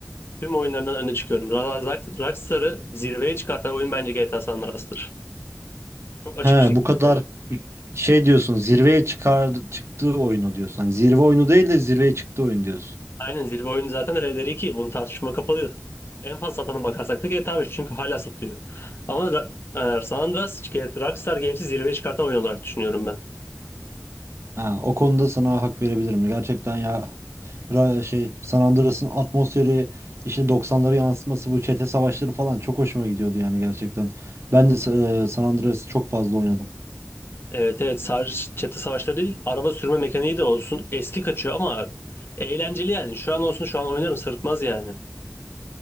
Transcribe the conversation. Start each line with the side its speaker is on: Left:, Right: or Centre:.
Left: Tüm oyunlarından öne çıkıyorum. Ra- Ra- Rockstar'ı zirveye çıkartan oyun bence GTA San Andreas'tır. Çok açık
Right: He
Left: bir şekilde
Right: bu kadar
Left: söylüyorum.
Right: şey diyorsun zirveye çıkar çıktığı oyunu diyorsun. Hani zirve oyunu değil de zirveye çıktığı oyun diyorsun.
Left: Aynen zirve oyunu zaten Red Dead 2. Bunu tartışma kapalı. En fazla satana bakarsak da GTA 5 çünkü hala satıyor. Ama Ra- e, San Andreas, G T A Rockstar Games'i zirveye çıkartan oyun olarak düşünüyorum ben.
Right: Ha, o konuda sana hak verebilirim. Gerçekten ya ra- şey San Andreas'ın atmosferi işte doksanları yansıtması bu çete savaşları falan çok hoşuma gidiyordu yani gerçekten. Ben de e, San Andreas'ı çok fazla oynadım.
Left: Evet evet sadece çete savaşları değil araba sürme mekaniği de olsun. Eski kaçıyor ama eğlenceli yani. Şu an olsun şu an oynarım sırıtmaz yani.